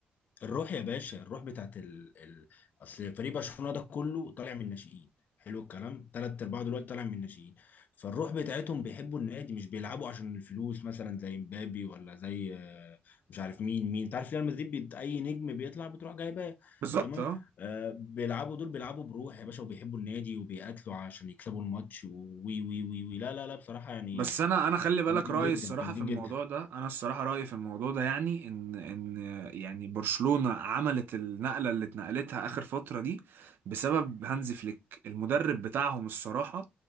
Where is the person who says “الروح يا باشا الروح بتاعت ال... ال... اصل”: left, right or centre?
Left